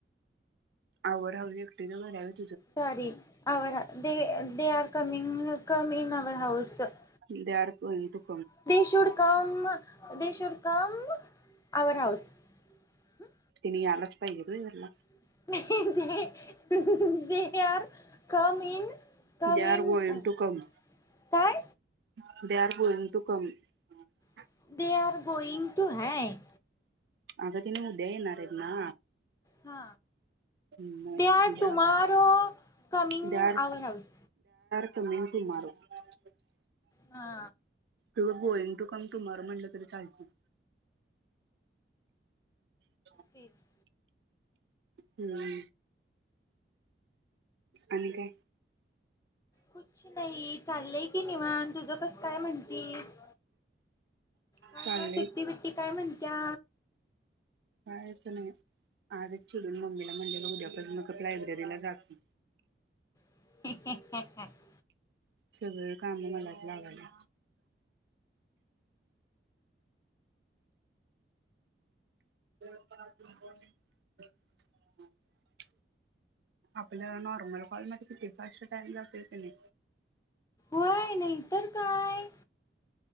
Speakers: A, on the right; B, on the left.
A: आवड हवी एकटीच घर हाय होय.
B: <unintelligible> <unintelligible>
A: <unintelligible>
B: <unintelligible> <unintelligible>
A: तिनी यालाच पाहिजे काय घरला
B: <unintelligible>
A: दे आर गोईंग टू कम
B: काय
A: <unintelligible>
B: <unintelligible> हाय
A: अग तीनी उद्या येणार हाईत ना
B: हा
A: मग
B: दे आर
A: उद्या
B: tomorrow coming
A: they are
B: our house
A: <unintelligible>
B: हा
A: किंवा गोइंग टू कम टुमारो म्हटलं तरी चालतंय हो
B: तेच
A: हूं आणि काय
B: कुछ नई चाललय की निवांत तुझं कस काय म्हणतीस काय
A: चाललंय
B: म सुट्टी बिट्टी काय म्हणत्या
A: कायच नाही आजच चिडून मम्मीला म्हटलेलो उद्यापसन गप लायब्ररीला जाते.
B: <inaudible>
A: सगळं काम मलाच लावायलय <unintelligible> आपलं नॉर्मल कॉलमध्ये किती फास्ट टाइम जातोय कनी
B: होय नाही तर काय